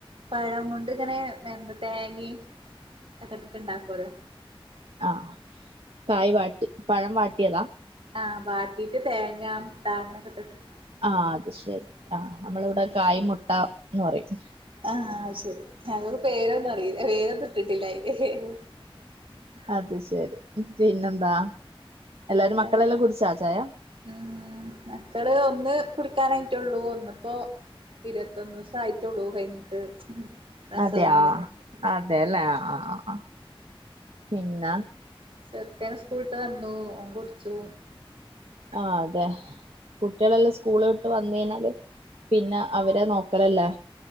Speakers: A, on the right (about 70°); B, on the right (about 80°).
A: പഴം കൊണ്ട് ങ്ങനെ എന്താ തേങ്ങിം തൊക്കെ ഇട്ടിട്ട് ഉണ്ടാക്കല്ലോ
B: ആഹ് കായ് വാട്ടി പഴം വാട്ടിയതാ
A: ആഹ് വാട്ടീട്ട് തേങ്ങ മുട്ട അങ്ങനൊക്കെ ഇട്ട്ട്ട്
B: ആ അത് ശെരി ആ മ്മള് ഇവ്ടെ കായി മുട്ട ന്ന് പറിം
A: ആഹ് ശരി ഞങ്ങക്ക് പേരൊന്നും അറിയില്ല പേരൊന്നും ഇട്ടിട്ടില്ലയിന്
B: അത് ശരി പിന്നെന്താ എല്ലാരും
A: വേറെന്താ
B: മക്കളെല്ലാം കുടിച്ചാ ചായ
A: മ്മ് മക്കള് ഒന്ന് കുടിക്കാനായിട്ടുള്ളൂ ഒന്ന്പ്പോ ഇരുപത്തൊന്ന് ദൂസായിട്ടുള്ളൂ കഴിഞ്ഞിട്ട് പ്രസവം
B: അതെ യാ
A: കഴിഞ്ഞിട്ട്
B: ആ അതെല്ലേ ആ ആ പിന്നാ
A: ചെറുക്കൻ സ്കൂളിട്ട് വന്നു ഓൻ കുടിച്ചു
B: ആ അതെ കുട്ടിളെല്ലാം സ്കൂള് വിട്ട് വന്ന് കയിഞ്ഞാല് പിന്നെ അവരെ നോക്കലല്ലേ